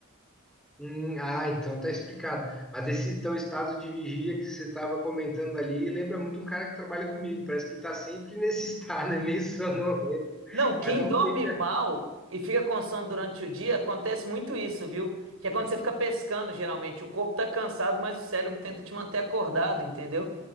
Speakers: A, in the centre; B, on the right.
A: Hum, ah, então tá explicado. Mas esse teu estado de vigília que você estava comentando ali lembra muito um cara que trabalha comigo. Parece que ele tá sempre nesse <laughs> estado, é meio sono-
B: Não, quem
A: Mas não
B: dorme
A: sei se...
B: mal e fica com sono durante o dia, acontece muito isso, viu? Que é quando você fica pescando, geralmente. O corpo tá cansado, mas o cérebro tenta te manter acordado, entendeu?